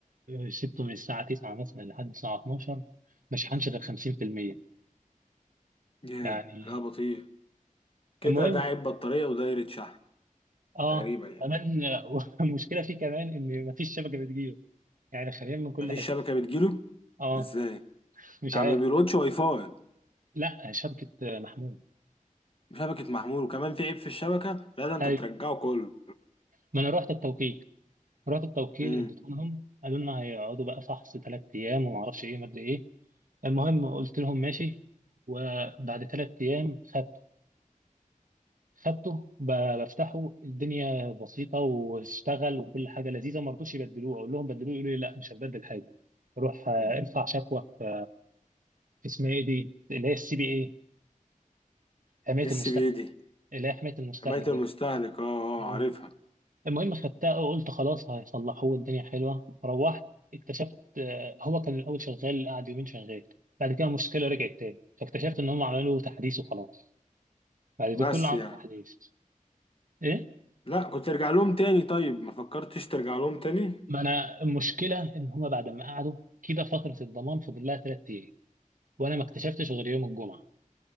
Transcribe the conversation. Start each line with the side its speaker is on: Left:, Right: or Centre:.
Right: سبته من الساعة 9 مثلا لحد الساعة 12 ما شحنش غير 50%
Left: ياه
Right: يعني
Left: لا بطيء كده
Right: المهم
Left: ده عيب بطاريه ودايره شحن
Right: اه
Left: تقريبا يعني
Right: كمان <laughs> المشكلة فيه كمان ان ما فيش شبكة بتجيله يعني خلينا من كل
Left: مفيش
Right: حتة
Left: شبكة بتجيله
Right: اه
Left: ازاي
Right: مش
Left: يعني
Right: عارف
Left: ما بيلقطش واي فاي
Right: لا شبكة محمود
Left: شبكة محمول وكمان في عيب في الشبكة لا ده انت
Right: هاي
Left: ترجعه كله
Right: ما انا رحت التوكيل رحت التوكيل
Left: امم
Right: اديتهم لهم قالوا لنا هيقعدوا بقى فحص ثلاث ايام وما اعرفش ايه ما ادري ايه المهم قلت لهم ماشي وبعد ثلاث ايام خدته خدته ب- بفتحه الدنيا بسيطه واشتغل وكل حاجه لذيذه ما رضوش يبدلوه اقول لهم بدلوه يقولوا لي لا مش هبدل حاجه روح آه، ارفع شكوى في في اسمها ايه دي اللي هي السي بي اي حمايه
Left: اس
Right: المستهلك
Left: بي دي
Right: اللي هي حمايه المستهلك
Left: حماية
Right: ده
Left: المستهلك اه اه
Right: مم.
Left: عارفها
Right: المهم خدتها وقلت خلاص هيصلحوه الدنيا حلوه روحت اكتشفت آه، هو كان الاول شغال قعد يومين شغال بعد كده المشكله رجعت تاني فاكتشفت ان هم عملوا تحديث وخلاص بعد
Left: بس
Right: ده كله عملوا
Left: يعني
Right: تحديث ايه
Left: لا كنت ترجع لهم تاني طيب ما فكرتش ترجع لهم تاني
Right: ما انا المشكله ان هما بعد ما قعدوا كده فتره الضمان فضل لها ثلاث ايام وانا ما اكتشفتش غير يوم الجمعه